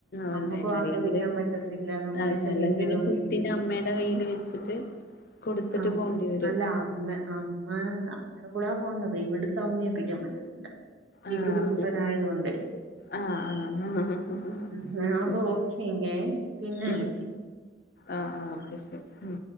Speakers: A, on the right (about 90°); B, on the left (about 55°).
A: നമ്മക്കും
B: വലുതായിട്ട്
A: ആസ്വദിക്കാൻ
B: അല്ലെങ്കില്
A: പറ്റത്തില്ല നമ്മളെ
B: അതല്ല
A: ശല്യം
B: പിന്നെ
A: ചെയ്തുകൊണ്ടിരിക്കും
B: കുട്ടീനെ അമ്മയുടെ കയ്യില് വെച്ചിട്ട് കൊടുത്തിട്ട്
A: ആഹ്
B: പോണ്ടി വരും
A: അല്ല അമ്മ അമ്മേ അമ്മടെ കൂടാ പോന്നത് ഇവിടുത്തെ അമ്മയേപ്പിക്കാൻ പറ്റത്തില്ല വികൃതി
B: ആഹ്
A: ക്കുട്ടനായതുകൊണ്ടെ
B: ആഹ് ആഹ് അയ്ശരി
A: ഉം അപ്പൊ ഓക്കെ എങ്കേ പിന്നെ
B: ഉം
A: വിളിക്ക്
B: ആഹ് ആഹ് ഓക്കെ ശരി ഉം